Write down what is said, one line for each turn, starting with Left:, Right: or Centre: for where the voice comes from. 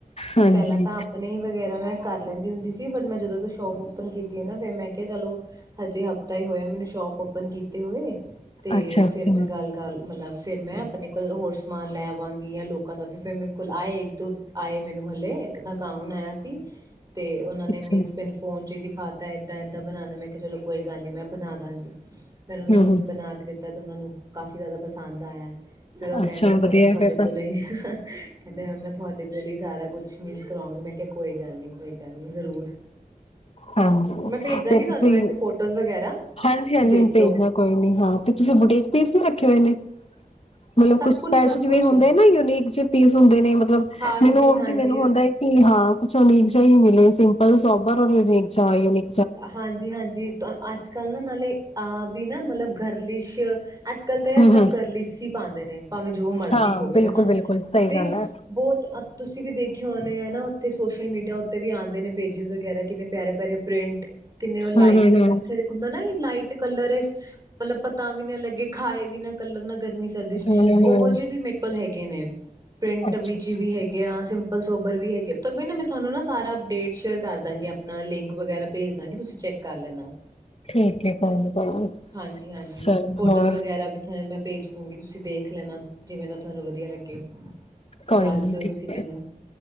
Left: ਹਾਂਜੀ,
Right: ਪਹਿਲਾਂ ਤਾਂ ਆਪਣੇ ਹੀ ਵਗੈਰਾ ਮੈਂ ਕਰ ਲੈਂਦੀ ਹੁੰਦੀ ਸੀ ਪਰ ਮੈਂ ਜਦੋਂ ਤੋਂ ਸ਼ੋਪ ਓਪਨ ਕੀਤੀ ਹੈ ਨਾ ਫਿਰ ਮੈਂ ਕਿਹਾ ਚਲੋ ਹਜੇ ਹਫ਼ਤਾ ਹੀ ਹੋਇਆ ਮੈਨੂੰ ਸ਼ੋਪ ਓਪਨ ਕੀਤੇ ਹੋਏ ਤੇ
Left: ਅੱਛਾ-ਅੱਛਾ,
Right: ਫੇਰ ਮੈਂ ਗੱਲ ਕਰ ਮਤਲਬ ਫਿਰ ਮੈਂ ਆਪਣੇ ਕੋਲ ਹੋਰ ਸਮਾਨ ਲੈ ਵਾਂਗੀ ਲੋਕਾਂ ਦਾ ਵੀ ਫਿਰ ਮੇਰੇ ਕੋਲ ਆਏ ਆਏ ਮੈਨੂੰ ਹਲੇ ਇੱਕ ਦਾ ਗਾਉਣ ਆਇਆ ਸੀ ਤੇ ਉਹਨਾਂ ਨੇ
Left: ਅੱਛਾ,
Right: ਮੀਨਸ ਪਿੰਨ ਫੋਨ ਚ ਹੀ ਦਿਖ ਖਾਤਾ ਇਦਾਂ ਇਦਾਂ ਬਣਾਣਾ ਮੈਂ ਕਿਹਾ ਚਲੋ ਕੋਈ ਗੱਲ ਨੀ ਮੈਂ ਬਣਾ ਦਵਾਂਗੀ ਫੇਰ ਉਹਨਾਂ
Left: ਹੂੰ-ਹੂੰ।
Right: ਨੂੰ ਹੁਣ ਬਣਾ ਕੇ ਉਹ ਨੂੰ ਕਾਫੀ ਜ਼ਿਆਦਾ ਪਸੰਦ ਆਇਆ ਫੇਰ ਉਹ ਕਹਿੰਦੇ
Left: ਅੱਛਾ
Right: ਹੁਣ ਤਾਂ
Left: ਵਧੀਆ
Right: ਮੈਂ ਤੁਹਾਡੇ
Left: ਫ਼ਿਰ
Right: ਕਹਿੰਦੇ ਮੈਂ ਤੁਹਾਡੇ ਵੇਲੇ ਸਾਰਾ ਕੁਛ ਮੀਨਸ ਕਰਾਉਂਗੇ ਮੈਂ ਕਿਹਾ ਕੋਈ ਗੱਲ ਨਹੀਂ ਕੋਈ ਗੱਲ ਨੀ ਜ਼ਰੂਰ
Left: ਹਾਂਜੀ
Right: ਮੈਂ ਭੇਜਾਂਗੀ
Left: ਤੇ
Right: ਤੁਹਾਨੂੰ
Left: ਤੁਸੀਂ
Right: ਵੈਸੇ ਫੋਟੋਜ਼ ਵਗੈਰਾ ਤੁਸੀਂ
Left: ਹਾਂਜੀ ਹਾਂਜੀ
Right: ਦੇਖਿਓ
Left: ਭੇਜਣਾ ਕੋਈ ਨੀ ਹਾਂ ਤੇ ਤੁਸੀਂ ਬੁਟੀਕ ਪੀਸ ਵੀ ਰੱਖ ਕਿਵੇਂ ਨੇ ਮਤਲਬ
Right: ਸਭ
Left: ਕੁਛ ਸਪੈਸ਼ਲ
Right: ਸਭ
Left: ਜਿਵੇਂ
Right: ਕੁਛ
Left: ਹੁੰਦੇ ਨਾ ਯੂਨੀਕ ਜਿਹੇ ਪੀਸ ਹੁੰਦੇ ਨੇ ਮਤਲਬ
Right: ਹਾਂਜੀ
Left: ਮੈਨੂੰ ਹੁਣ
Right: ਹਾਂਜੀ
Left: ਜਿਵੇਂ ਮੈਨੂੰ ਹੁੰਦਾ ਕਿ ਹਾਂ ਕੁਛ ਯੁਨਿਕ ਜਿਹੇ ਹੀ ਮਿਲੇ ਸੀ। <unintelligible> ਅੱਛਾ ਯੂਨਿਕ
Right: ਹਾਂਜੀ ਹਾਂਜੀ ਅੱਜ ਕੱਲ ਨਾ ਨਾਲੇ ਅ ਵੀ ਨਾ ਮਤਲਬ ਗਰਲਿਸ਼ ਅੱਜ ਕੱਲ ਤਾਂ ਇਹ
Left: ਹੂੰ
Right: ਸਭ
Left: ਹੂੰ
Right: ਗਰਲਿਸ਼ ਸੀ ਪਾਉਂਦੇ ਨੇ ਭਾਵੇਂ ਜੋ ਮਰਜ਼ੀ
Left: ਹਾਂ
Right: ਹੋਵੇ
Left: ਬਿਲਕੁਲ
Right: ਹਨਾ
Left: ਬਿਲਕੁਲ ਸਹੀ
Right: ਤੇ
Left: ਗੱਲ ਹੈ।
Right: ਬਹੁਤ ਤੁਸੀਂ ਵੀ ਦੇਖੀ ਹਨਾ ਉੱਥੇ ਸੋਸ਼ਲ ਮੀਡੀਆ ਉੱਤੇ ਵੀ ਆਉਂਦੇ ਨੇ ਪੇਜਸ ਵਗੈਰਾ ਕਿੰਨੇ ਪਿਆਰੇ ਪਿਆਰੇ ਪ੍ਰਿੰਟ ਕਿੰਨੇ ਉਹ ਲਾਈਟ
Left: ਹੂੰ ਹੂੰ ਹੂੰ
Right: ਮਤਲਬ ਹੁੰਦਾ ਨਾ ਲਾਈਟ ਕਲਰ ਚ ਮਤਲਬ ਪਤਾ ਵੀ ਨੀ ਲੱਗੇ ਖਾਏ ਵੀ ਨਾ ਕੱਲਰ ਨਾ ਗਰਮੀ ਸਰਦੀ ਚ ਤੇ
Left: ਹੂੰ ਹੂੰ ਹੂੰ
Right: ਉਹੋ ਜਿਹੇ ਵੀ ਮੇਰੇ ਕੋਲ ਹੈਗੇ ਕਿ ਨੇ ਪ੍ਰਿੰਟ
Left: ਅੱਛਾ
Right: ਵਿੱਚ
Left: ਅੱਛਾ
Right: ਵੀ ਹੈਗੇ ਆ ਸਿੰਪਲ ਸੋਬਰ ਵੀ ਹੈਗੇ ਨਾ ਮੈਂ ਤੁਹਾਨੂੰ ਨਾ ਸਾਰਾ ਅਪਡੇਟ ਸ਼ੇਅਰ ਕਰ ਦਾਂਗੀ ਆਪਣਾ ਲਿੰਕ ਵਗੈਰਾ ਭੇਜ ਦਵਾਂਗੀ ਤੁਸੀਂ ਚੈੱਕ ਕਰ ਲੈਣਾ
Left: ਠੀਕ ਏ ਕੋਈ ਨੀ ਕੋਈ ਨੀ।
Right: ਹਾਂਜੀ ਹਾਂਜੀ
Left: ਚਲੋ
Right: ਫੋਟੋਜ਼
Left: ਹੋਰ
Right: ਵਗੈਰਾ ਵੀ ਮੈਂ ਭੇਜ ਦੂੰਗੀ ਤੁਸੀਂ ਦੇਖ ਲੈਣਾ ਜਿਵੇਂ ਦਾ ਤੁਹਾਨੂੰ ਵਧੀਆ ਲੱਗੇ
Left: ਕੋਈ
Right: ਦੱਸ
Left: ਨੀ
Right: ਦਿਓ
Left: ਠੀਕ
Right: ਤੁਸੀਂ ਮੈਨੂੰ
Left: ਹੈ